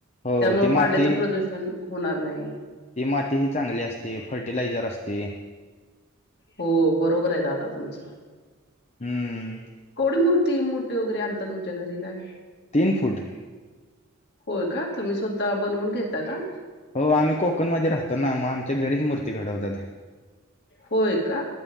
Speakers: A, on the left; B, on the left.
A: हो
B: त्यामुळे
A: ती माती
B: पाण्याच प्रदूषण होणार नाही
A: ती माती ही चांगली असते फर्टिलायझर असते
B: हो बरोबर आहे दादा तुमचं
A: हम्म
B: कोडीमूर्ती किती मोठे वगरे आणता तुमच्या घरी काय
A: तीन फुट
B: होय का तुम्ही स्वतः बनवून घेता का
A: हो आम्ही कोकणमध्ये राहतो ना मग आमच्या घरीच मूर्ती घडवतात
B: होय का